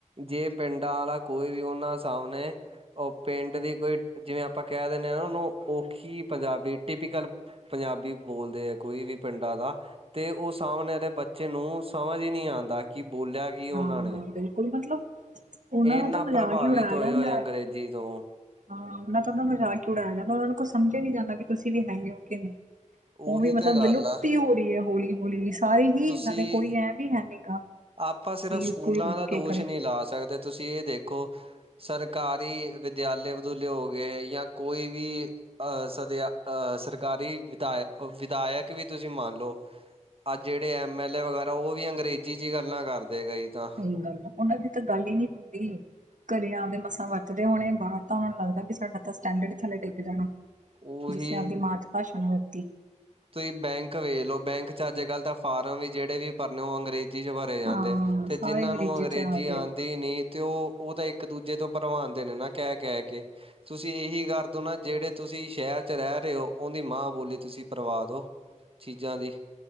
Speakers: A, on the right; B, on the right.
A: ਜੇ ਪਿੰਡਾਂ ਵਾਲਾ ਕੋਈ ਵੀ ਉਹਨਾ ਸਾਹਮਣੇ ਉਹ ਪਿੰਡ ਦੀ ਕੋਈ, ਜਿਵੇਂ ਆਪਾਂ ਕਹਿ ਦਿੰਦੇ ਆਂ ਨਾਂ ਉਹਨੂੰ ਔਖੀ ਪੰਜਾਬੀ ਟਿਪੀਕਲ ਪੰਜਾਬੀ ਬੋਲਦੇ ਐ, ਕੋਈ ਵੀ ਪਿੰਡਾਂ ਦਾ ਤੇ ਉਹ ਸਾਹਮਣੇ ਬੱਚੇ ਬੱਚੇ ਨੂੰ ਸਮਝ ਈ ਨੀਂ ਆਂਦਾ ਕਿ ਬੋਲਿਆ ਕੀ ਉਹਨਾਂ
B: ਹਾਂ
A: ਨੇਂ।
B: ਬਿਲਕੁਲ ਮਤਲਬ ਉਹਨਾਂ
A: ਇਹ ਇੰਨ੍ਹਾਂ
B: ਦਾ ਤਾਂ ਮਜ਼ਾਕ
A: ਪ੍ਰਭਾਵਿਤ
B: ਹੀ ਉਡਾਇਆ
A: ਹੋਏ,
B: ਜਾਂਦਾ
A: ਹੋਏ
B: ਹੈ
A: ਅੰਗਰੇਜ਼ੀ ਤੋਂ
B: ਹਾਂ, ਮੈਂ ਤਾਂ ਉਹਦਾ ਮਜ਼ਾਕ ਕਿ ਉੜਾਇਆ ਜਾਂਦਾ, ਉਹਨਾਂ ਨੂੰ ਕੋਲ ਸਮਝਿਆ ਨੀਂ ਜਾਂਦਾ ਕਿ ਤੁਸੀਂ ਵੀ ਹੈਗੇ ਹੋ ਕਿ ਨੀਂ।
A: ਉਹੀ
B: ਉਹ ਵੀ ਮਤਲਬ
A: ਤਾਂ ਗੱਲ
B: ਵਿਲੁਪਤ
A: ਆ
B: ਈ ਹੋ ਰਹੀ ਐ ਹੌਲੀ-ਹੌਲੀ, ਸਾਰੀ ਹੀ
A: ਤੁਸੀਂ
B: ਇਹਨਾਂ ਦੇ ਕੋਈ ਐਮ ਈ ਹੈ ਨੀ ਗਾ।
A: ਆਪਾਂ ਸਿਰਫ਼
B: ਵੀ
A: ਸਕੂਲਾਂ
B: ਕੋਈ ਰੁਕ
A: ਦਾ ਦੋਸ਼
B: ਕੇ ਕਰੇ
A: ਨ੍ਹੀਂ ਲਾ ਸਕਦੇ ਤੁਸੀਂ ਇਹ ਦੇ ਕੋ ਸਰਕਾਰੀ ਵਿਦਿਆਲੇੇ ਵਦੂਲੇ ਹੋ ਗਏ ਜਾਂ ਕੋਈ ਵੀ ਅ ਸਦਿਆ ਅ ਸਰਕਾਰੀ ਵਿਧਾਇ ਵਿਧਾਇਕ ਵੀ ਤੁਸੀ ਮੰਨ ਲਓ ਅੱਜ ਜਿਹੜੇ ਐਮ ਐਲ ਏ ਵਗੈਰਾ, ਉਹ ਵੀ ਅੰਗਰੇਜ਼ੀ ਚ ਈ ਗੱਲਾਂ ਕਰਦੇ ਗਏ ਕਈ ਤਾਂ
B: ਸਹੀ ਗੱਲ ਉਹਨਾਂ ਦੀ ਤਾਂ ਗੱਲ ਹੀ ਨੀਂ ਹੁੰਦੀ, ਘਰਿਆਂ ਦੇ ਮਸਾਂ ਵਰਤਦੇ ਹੋਣੇ ਬਾਹਰ ਤਾਂ ਉਹਨਾਂ ਨੂੰ ਲੱਗਦਾ ਵੀ ਸਾਡਾ ਤਾਂ ਸਟੈਂਡਰਡ ਥੱਲੇ ਡਿੱਗ ਜਾਣਾ।
A: ਉਹੀ
B: ਜਿਸੇ ਆਪਦੀ ਮਾਤ ਭਾਸ਼ਾ ਨੂੰ ਵਰਤੀ
A: ਤੁਸੀਂ ਬੈਂਕ ਵੇਖ ਲੋ, ਬੈਂਕ ਚ ਅੱਜ ਕੱਲ੍ਹ ਤਾਂ ਫਾਰਮ ਵੀ ਜਿਹੜੇ ਵੀ ਭਰਨੇ ਹੋ ਅੰਗਰੇਜ਼ੀ ਚ ਭਾਰੇ ਜਾਂਦੇ
B: ਹਾਂ
A: ਤੇ
B: ਸਾਰੇ
A: ਜਿਹਨ੍ਹਾਂ ਨੂੰ ਅੰਗਰੇਜ਼ੀ
B: ਚ ਆ ਗਏ
A: ਆਣ ਦੀ ਨੀਂ ਤੇ ਉਹ ਤਾਂ ਇੱਕ ਦੂਜੇ ਤੋਂ ਭਰਵਾਨਦੇ ਨੇਂ ਨਾਂ ਕਹਿ-ਕਹਿ ਕੇ, ਤੁਸੀਂ ਇਹੀ ਕਰ ਅ ਜਿਹੜੇ ਤੁਸੀਂ ਸ਼ਹਿਰ ਚ ਰਹਿ ਰਹੇ ਹੋ ਉਹਦੀ ਮਾਂ ਬੋਲੀ ਤੁਸੀਂ ਭਰਵਾਹ ਦਿਉ ਚੀਜ਼ਾਂ ਦੀ